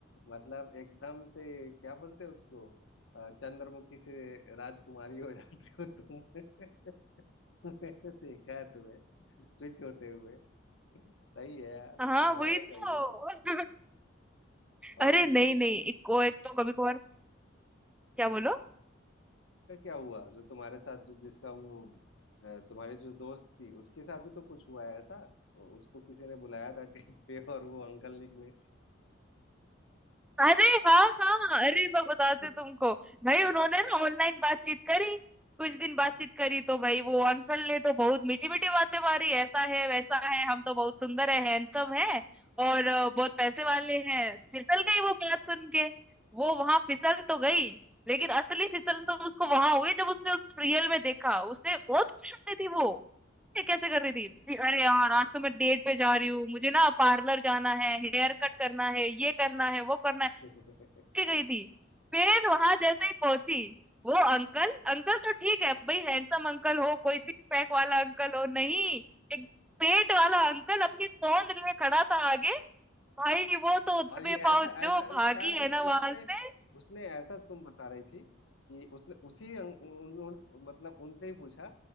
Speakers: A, on the left; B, in the centre.
A: मतलब एकदम से क्या बोलते हैं उसको अ, चंद्रमुखी से राजकुमारी हो जाती हो तुम <laughs> मैंने देखा है तुम्हें स्विच होते हुए सही है यार
B: हाँ
A: तुम्हारा
B: वही तो
A: सही है
B: <laughs> अरे
A: और इसका
B: नहीं नहीं एक को एक तो कभी कभार क्या बोलो
A: का क्या हुआ जो तुम्हारे साथ जो जिसका वो अ, तुम्हारी जो दोस्त थी उसके साथ भी तो कुछ हुआ है ऐसा वो- उसको किसी ने बुलाया था <laughs> डेट पे और वो अंकल निकले
B: अरे हाँ हाँ अरे मैं बताती
A: हाँ
B: हूँ तुमको भाई उन्होंने ना ऑनलाइन बातचीत करी कुछ दिन
A: हाँ,
B: बातचीत करी तो भाई वो अंकल ने तो बहुत मीठी मीठी बातें मारी ऐसा है वैसा है हम तो बहुत सुंदर है हैंडसम है और अ, बहुत पैसे वाले हैं फिसल गई वो बात सुन के वो वहां फिसल तो गई लेकिन असली फिसल तो उसको वहां हुई जब उसने उसको रियल में देखा उसने बहुत खुश हो रही थी वो ये कैसे कर रही थी कि अरे यार
A: क्या
B: आज तो मैं डेट पे जा रही हूँ मुझे ना पार्लर जाना है हेयर कट करना है ये करना है वो करना है
A: <laughs>
B: के गई थी फिर वहां जैसे ही पहुंची वो अंकल अंकल तो ठीक है भाई हैंडसम अंकल हो कोई सिक्स पैक वाला अंकल हो नहीं एक पेट वाला अंकल अपनी तोंद लिए खड़ा था आगे भाई वो तो दबे
A: और ये
B: पाँव
A: ऐसा
B: जो
A: ऐसा
B: भागी
A: शायद
B: है
A: उसी
B: ना
A: उसने
B: वहां से
A: उसने ऐसा तुम बता रही थी कि उसने उसी अं- उन, उन, मतलब उनसे ही पूछा